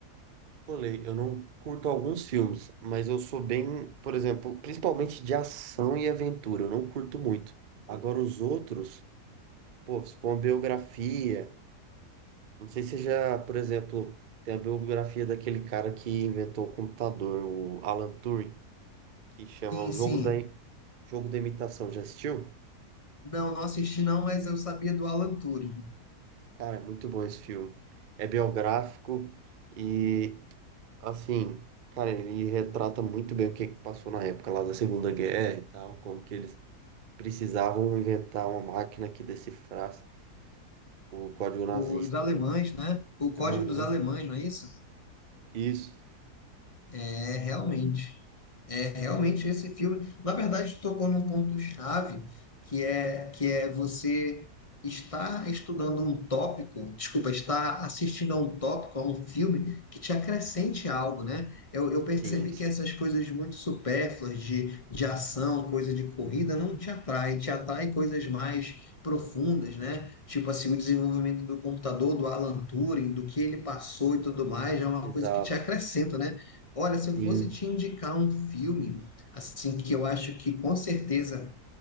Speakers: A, on the right; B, on the left.
A: Falei, eu não curto alguns filmes, mas eu sou bem, por exemplo, principalmente de ação e aventura, eu não curto muito. Agora os outros, pô, se for uma biografia, não sei se já, por exemplo, tem a biografia daquele cara que inventou o computador, o Alan Turing. que chama
B: Sim,
A: O
B: sim.
A: Jogo da, I- Jogo da Imitação. Já assistiu?
B: Não, não assisti não, mas eu sabia do Alan Turing.
A: Cara, é muito bom esse filme. É biográfico e, assim, cara, ele retrata muito bem o que que passou na época lá da Segunda Guerra e tal, como que eles precisavam inventar uma máquina que decifrasse o código nazista,
B: Os alemães,
A: né?
B: né? O Código
A: Aham,
B: dos Alemães, não é isso?
A: isso.
B: É, realmente. É, realmente esse filme, na verdade, tocou num ponto-chave, que é que é você estar estudando um tópico, desculpa, estar assistindo a um tópico, a um filme que te acrescente algo, né? Eu, eu percebi
A: Sim, sim.
B: que essas coisas muito supérfluas de, de ação, coisa de corrida, não te atrai, te atrai coisas mais profundas, né? Tipo assim, o desenvolvimento do computador, do Alan Turing, do que ele passou e tudo mais, é uma
A: Exato.
B: coisa que te acrescenta, né? Olha, se eu
A: Sim.
B: fosse te indicar um filme, assim, que eu acho que com certeza